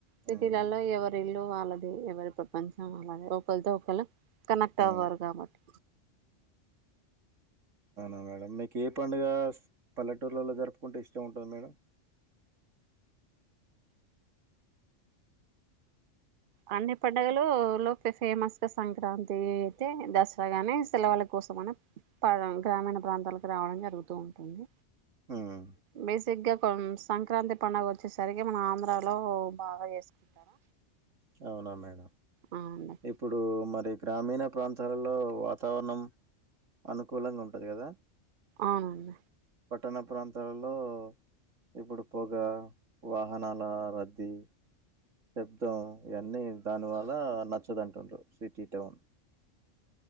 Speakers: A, on the right; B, on the right.
A: సిటీలలో
B: ఉమ్
A: ఎవరు ఎరి ఇల్లు వాళ్ళదిే ఎవరి ప్రపంచం వాళ్దిే ఒకరితో ఒకళ కనెక్ట్
B: ఉమ్
A: అవ్వారు కాబట్టి
B: అనా మేడం కే పండుగ పల్లెటూరులలో జరుపుకుంటే ఇష్టం ఉంటుంది మేడం
A: అన్ని పండుగలు లో ఫేమస్ గా సంక్రాంతి అయితే దసరాగానే సిలవకు కోసమ గ్రామీణ ప్రాంతాలకు రావడం జరుగుతూ ఉంటుంది
B: ఉమ్
A: బేసిక్గా కొ సంక్రాంతి పడుగ వచ్చేసరికి మన ఆంధ్రాలో బాగా చేసుకుంటారా
B: అవునా మేడం
A: అవునండి
B: ఇప్పుడు మరి గ్రామీణ ప్రాంతాలలో వాతావరణం అనుకూలంగా ఉంటుంది కదా
A: ఆనంది
B: పట్టణ ప్రాంతాలలో ఇప్పుడు పొగ వాహనాల రద్దీ యుద్ధం ఇవన్నీ దానివల్ల నచ్చదుంటుండారు సిటీ టౌన్